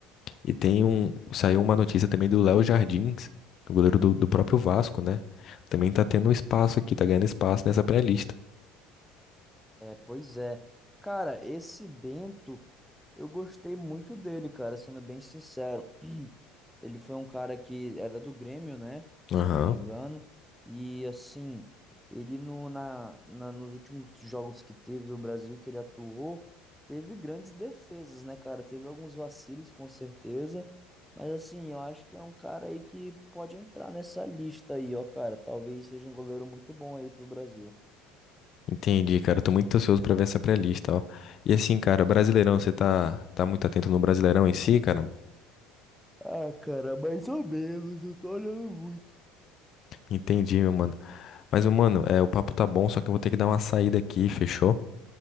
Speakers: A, on the left (about 50°); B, in the centre.
A: E tem um, saiu uma notícia também do Léo Jardins, o goleiro do, do próprio Vasco, né? Também tá tendo um espaço aqui, tá ganhando espaço nessa pré-lista.
B: É, pois é. Cara, esse Bento, eu gostei muito dele, cara, sendo bem sincero. <clears throat> Ele foi um cara que era do Grêmio, né?
A: Aham.
B: Se eu não me engano. E assim, ele no, na, na- nos últimos jogos que teve do Brasil que ele atuou, teve grandes defesas, né, cara? Teve alguns vacilos, com certeza. Mas assim, eu acho que é um cara aí que pode entrar nessa lista aí, ó, cara. Talvez seja um goleiro muito bom aí pro Brasil.
A: Entendi, cara. Tô muito ansioso pra ver essa pré-lista, ó. E assim, cara, Brasileirão, você tá, tá muito atento no Brasileirão em si, cara?
B: Ah, cara, mais ou menos, eu tô olhando muito.
A: Entendi, meu mano. Mas, meu mano, é, o papo tá bom, só que eu vou ter que dar uma saída aqui, fechou?